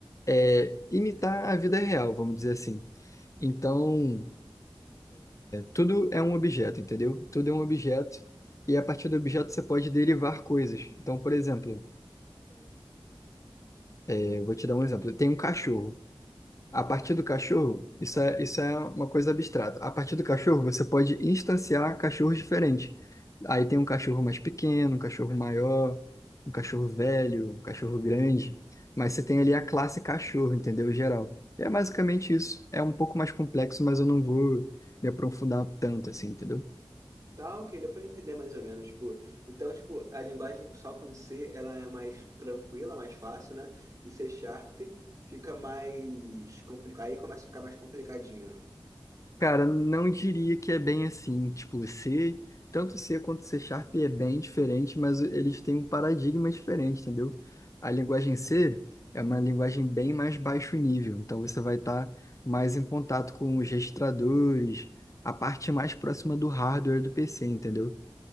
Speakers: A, on the left (about 35°); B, on the right (about 35°).
A: é, imitar a vida real, vamos dizer assim. Então, tudo é um objeto, entendeu? Tudo é um objeto. E a partir do objeto você pode derivar coisas. Então, por exemplo, é, eu vou te dar um exemplo. Tem um cachorro.
B: Uhum.
A: A partir do cachorro, isso é, isso é uma coisa abstrata. A partir do cachorro, você pode instanciar cachorros diferentes. Aí tem um cachorro mais pequeno, um cachorro maior, um cachorro velho, um cachorro grande. Mas você tem ali a classe cachorro, entendeu? Geral. é basicamente isso. É um pouco mais complexo, mas eu não vou me aprofundar tanto assim, entendeu?
B: Tá, ok, deu pra entender mais ou menos, tipo, então, tipo, a linguagem só com C, ela é mais tranquila, mais fácil, né? E C Sharp fica mais complicado, aí começa a ficar mais complicadinho, né?
A: Cara, não diria que é bem assim. Tipo, C, tanto C quanto C Sharp é bem diferente, mas eles têm um paradigma diferente, entendeu? A linguagem C é uma linguagem bem mais baixo nível, então você vai estar mais em contato com os registradores, a parte mais próxima do hardware do PC, entendeu?